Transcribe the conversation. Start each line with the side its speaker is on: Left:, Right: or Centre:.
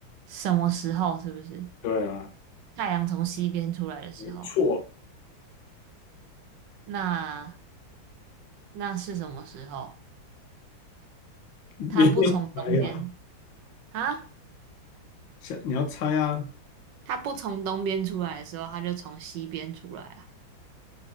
Right: 什么时候是不是
Left: 对啊，
Right: 太阳从西边出来的时候？
Left: 没错。
Right: 那那是什么时候？
Left: 你
Right: 它不从东边
Left: <laughs> 可以啊，
Right: 啊？
Left: 想你要猜啊，
Right: 它不从东边出来的时候，它就从西边出来啊。